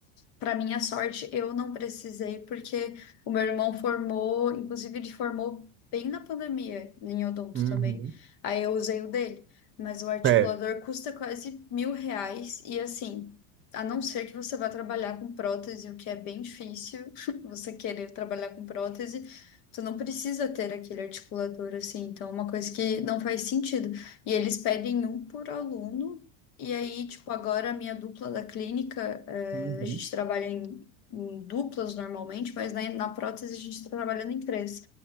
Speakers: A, on the left; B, on the right.
A: para minha sorte, eu não precisei, porque o meu irmão formou, inclusive ele formou bem na pandemia, em odonto
B: Uhum.
A: também. Aí eu usei o dele, mas o articulador
B: É,
A: custa quase mil reais, e assim, a não ser que você vá trabalhar com prótese, o que é bem difícil, <laughs> você querer trabalhar com prótese, você não precisa ter aquele articulador, assim, então é uma coisa que não faz sentido. E eles pedem um por aluno. E aí, tipo, agora a minha dupla da clínica, eh,
B: Uhum.
A: a gente trabalha em, em duplas normalmente, mas na, na prótese a gente está trabalhando em três.